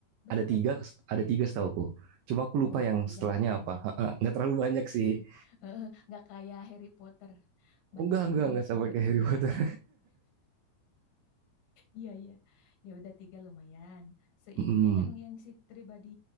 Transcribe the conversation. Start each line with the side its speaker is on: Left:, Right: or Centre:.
Left: Berapa
Right: ada tiga
Left: tuh?
Right: ada tiga setahuku cuma aku lupa
Left: Oh,
Right: yang
Left: kalau tiga
Right: setelahnya
Left: nggak banyak.
Right: apa nggak terlalu banyak sih
Left: <laughs> Nggak kayak Harry Potter.
Right: oh,
Left: Banyak
Right: enggak
Left: banget
Right: enggak enggak sampai
Left: gitu.
Right: kayak
Left: ya.
Right: Harry
Left: Nggak,
Right: Potter
Left: nggak. Iya, iya. Ya udah tiga lumayan. Seininya
Right: <laughs> hmm,
Left: yang yang si pribadi